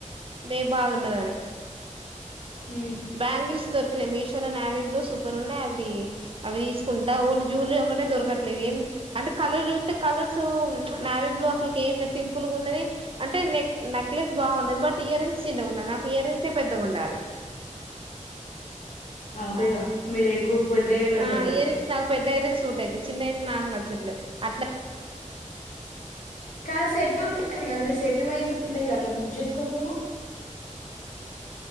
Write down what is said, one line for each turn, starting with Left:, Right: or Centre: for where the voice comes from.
Right: బే బాధ ఉండదని
Left: మ్మ్
Right: బ్యాంగిల్స్తోర్ ఇక్కడ మీషోలో నావీ బ్లో సూపర్ ఉన్నాయి అవి అవి తీసుకుంటా ఓు జ్యూవలరీ ఒకటే దొరకట్లేదు ఏం అంటే కలర్ చూస్తే కలర్స్ నావీ బ్లూ అసలుకి ఏం లేదు సింపుల్ గా ఉన్నది అంటే నెక్ నెక్లెస్ బాగుండది బట్ ఇయర్ రింగ్స్ చిన్నగా ఉన్నాయి నాకు ఇయ రంగ్స్ పెద్దగా ఉండాలి
Left: అంతేగా
Right: ఆ
Left: మీరు ఎక్కువ పెద్దయే పెడతారుగా
Right: ఆ ఇయరింగ్స్ నాకు పెద్ద యితేన సూట్ అయితే చిన్నైంది నాకు నచ్చట్లే అట్లా
Left: కా సెట్ ఉంటాంది కదా న సెట్ వైజ్ ఉంటాయి కదా అట్లా బుక్ చేసుకోపోయినా